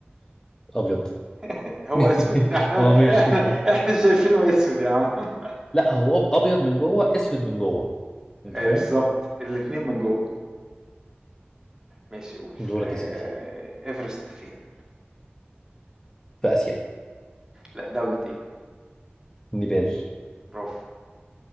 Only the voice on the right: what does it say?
<laughs> هو
اسود احنا
احنا احنا شايفينه اسود يا عم <laughs>
آه،
بالظبط الاتنين من جوه ماشي قول
آه،
ايفرست فين
لا دولة ايه
برافو